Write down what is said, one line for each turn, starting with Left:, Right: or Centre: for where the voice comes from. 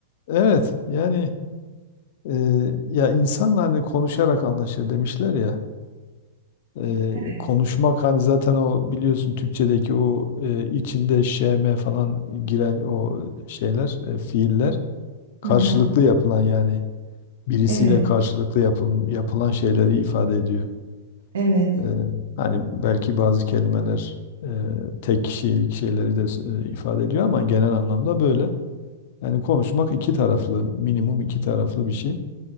Left: Evet. Yani e, ya insan hani konuşarak anlaşır demişler ya. E,
Right: Evet.
Left: konuşmak hani zaten o biliyorsun Türkçedeki o e, içinde şeme falan giren o şeyler, e, fiiller karşılıklı
Right: Hı hı.
Left: yapılan yani birisiyle
Right: Evet.
Left: karşılıklı yapıl- yapılan şeyleri ifade ediyor.
Right: Evet.
Left: E, hani belki bazı kelimeler e, tek kişilik şeyleri de e, ifade ediyor ama genel anlamda böyle. Yani konuşmak iki taraflı, minimum iki taraflı bir şey.